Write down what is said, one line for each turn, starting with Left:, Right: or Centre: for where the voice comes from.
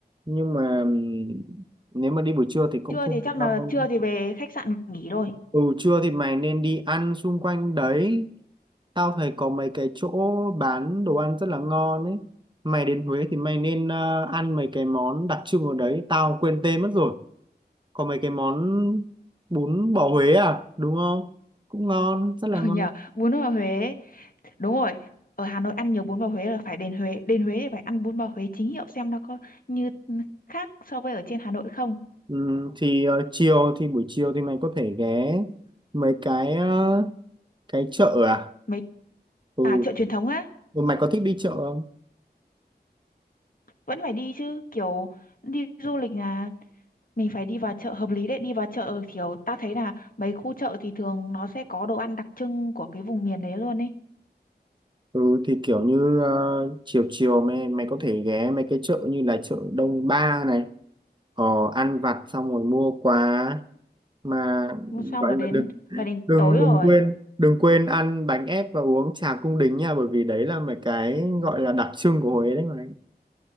Right: Nhưng mà ừm, nếu mà đi buổi trưa thì cũng
Left: trưa
Right: không
Left: thì chắc
Right: được đâu.
Left: là trưa thì về khách sạn nghỉ rồi
Right: Ừ trưa thì mày nên đi ăn xung quanh đấy. Tao thấy có mấy cái chỗ bán đồ ăn rất là ngon ấy. Mày đến Huế thì mày nên ờ, ăn mấy cái món đặc trưng ở đấy. Tao quên tên mất rồi có mấy cái món bún bò Huế à đúng không cũng ngon rất là
Left: <laughs>
Right: ngon
Left: ừ nhờ bún bò Huế ấy. đúng rồi ở Hà Nội ăn nhiều bún bò Huế là phải đến Huế đến Huế thì phải ăn bún bò Huế chính hiệu xem nó có như khác so với ở trên Hà Nội không
Right: ừ, thì ờ, chiều thì buổi chiều thì mày có thể ghé mấy cái ờ, cái chợ à
Left: mấy
Right: ừ.
Left: à chợ truyền thống á
Right: ừ mày có thích đi chợ không
Left: vẫn phải đi chứ kiểu đi du lịch là mình phải đi vào chợ hợp lý đấy đi vào chợ kiểu ta thấy là mấy khu chợ thì thường nó sẽ có đồ ăn đặc trưng của cái vùng miền đấy luôn ấy
Right: ừ thì kiểu như ờ, chiều chiều mày mày có thể ghé mấy cái chợ như là chợ Đông Ba này ờ, ăn vặt xong rồi mua quà mà
Left: xong
Right: gọi
Left: là đến
Right: là được
Left: là đến
Right: đừng
Left: tối rồi
Right: đừng quên đừng quên ăn bánh ép và uống trà cung đính nha bởi vì đấy là mấy cái gọi là đặc trưng của Huế đấy mày